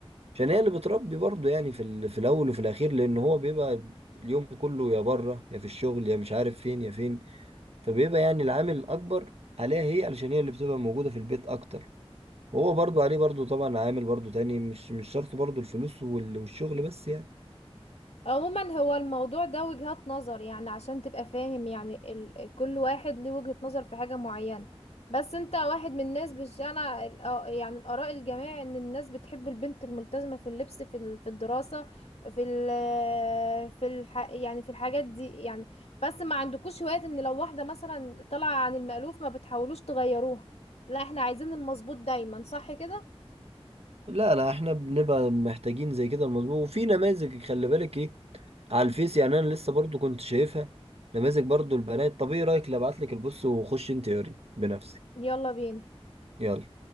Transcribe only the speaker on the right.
عشان هي اللي بتربي برضه يعني في ال... في الاول وفي الاخير لان هو بيبقى اليوم كله يا بره يا في الشغل يا مش عارف فين يا فين فبيبقى يعني العامل الاكبر عليها هي علشان هي اللي بتبقى موجوده في البيت اكتر هو برضه عليه برضه طبعا عامل برضه تاني مش مش شرط برضه الفلوس وال... والشغل بس يعني
لا لا احنا بنبقى محتاجين زي كده المظبوط وفي نماذج خلي بالك ايه على الفيس يعني انا لسه برضه كنت شايفها نماذج برضه البنات طب ايه رايك لو ابعت لك البص وخش انت قري بنفسك
يلا